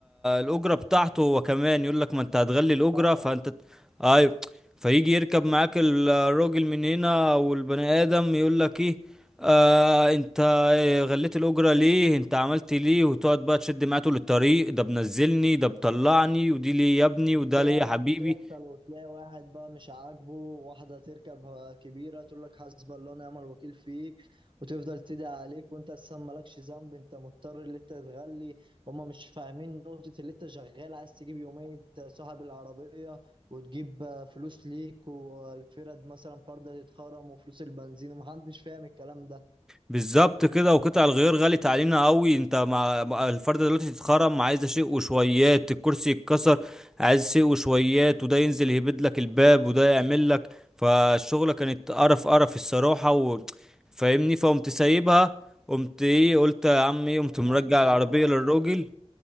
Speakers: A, in the centre; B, on the right.
A: الأجرة بتاعته هو كمان يقول لك ما أنت هتغلي الأجرة
B: طبعا
A: فأنت أيوة فيجي يركب معاك الراجل من هنا والبني آدم يقول لك إيه آه انت غليت الاجره ليه انت عملت ليه وتقعد بقى تشد معاه طول الطريق ده بنزلني ده بطلعني ودي ليه يا ابني وده
B: فعلا
A: ليه يا حبيبي
B: بتحصل وتلاقي واحد بقى مش عاجبه واحدة تركب كبيرة تقول لك حسب الله ونعم الوكيل فيك وتفضل تدعي عليك وانت اساسا مالكش ذنب انت مضطر اللي انت تغلي هما مش فاهمين نقطة اللي انت شغال عايز تجيب يومية صاحب العربية وتجيب فلوس ليك والفرد مثلا فردة تتخرم وفلوس البنزين ومحدش فاهم الكلام ده
A: بالظبط كده وقطع الغيار غلت علينا قوي انت مع مع الفرده دلوقتي تتخرم عايزه شيء وشويات الكرسي يتكسر عايز شيء وشويات وده ينزل يهبد لك الباب وده يعمل لك فالشغله كانت قرف قرف الصراحه و... فاهمني فقمت سايبها قمت ايه قلت يا عم ايه قمت
B: شغال
A: مرجع
B: ايه انت
A: العربيه
B: بقى
A: للراجل
B: دلوقتي